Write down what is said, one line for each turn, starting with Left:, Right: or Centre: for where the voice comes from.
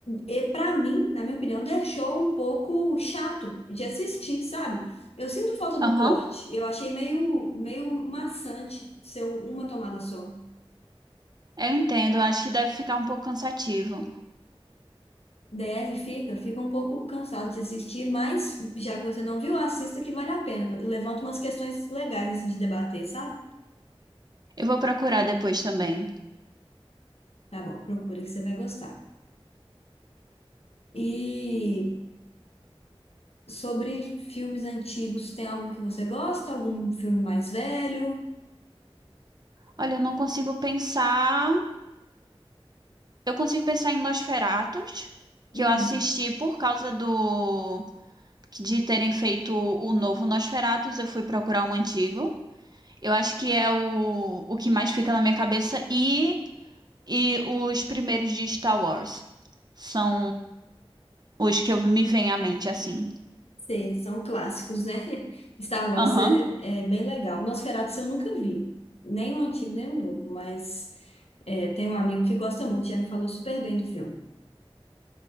Left: e para mim, na minha opinião, deixou um pouco chato de assistir, sabe? Eu sinto falta do
Right: Aham,
Left: corte. Eu achei meio, meio maçante ser um- uma tomada só.
Right: eu entendo. Acho que deve ficar um pouco cansativo.
Left: Deve, fica, fica um pouco cansado de assistir, mas já que você não viu, assista que vale a pena. Levanta umas questões legais assim de debater, sabe?
Right: Eu vou procurar depois também.
Left: Tá bom, procura que você vai gostar. E Sobre filmes antigos, tem algum que você gosta? Algum filme mais velho?
Right: Olha, eu não consigo pensar. Eu consigo pensar em Nosferatus, que
Left: Uhum.
Right: eu assisti por causa do de terem feito o novo Nosferatus, eu fui procurar o antigo. Eu acho que é o, o que mais fica na minha cabeça. E, e os primeiros de Star Wars. São os que eu, me vem à mente, assim.
Left: Sei, são clássicos, né? <laughs> Star Wars
Right: Aham.
Left: é, é bem legal. Nosferatu eu nunca vi. Nem o antigo, nem o novo. Mas é, tem um amigo que gosta muito, já me falou super bem do filme.